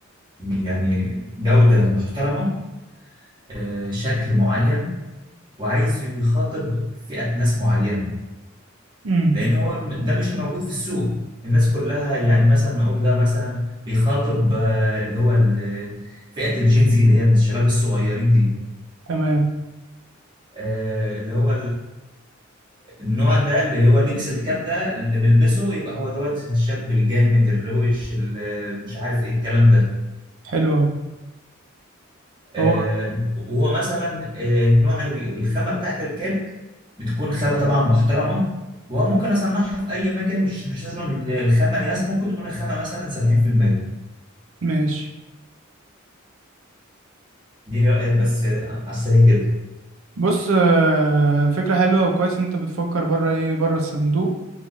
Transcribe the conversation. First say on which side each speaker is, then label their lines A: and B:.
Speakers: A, on the right; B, on the right.
A: يعني جوده محترمه آه، شكل معين وعايز يخاطب فئه ناس معينه
B: امم
A: لان هو م- ده مش الموجود في السوق الناس كلها يعني مثلا نقول ده مثلا بيخاطب آه، اللي هو ال- فئه الجينزي اللي هي الشباب الصغيرين دي
B: تمام
A: آه، اللي هو النوع ده اللي هو لبس الكاب ده اللي بيلبسه يبقى هو دوت الشاب الجامد الروش اللي مش عارف ايه الكلام ده
B: حلو اهو
A: آه،
B: هو
A: وهو مثلا آه، نوع ال- الخامة بتاعت الكاب بتكون خامة طبعا محترمة وممكن اصنعها في اي مكان مش مش لازم ال- الخامة ياس ممكن تكون الخامة مثلا 70%
B: ماشي
A: دي رأيك بس آه، على السريع كده
B: بص آه، فكرة حلوة وكويس ان انت بتفكر بره ايه بره الصندوق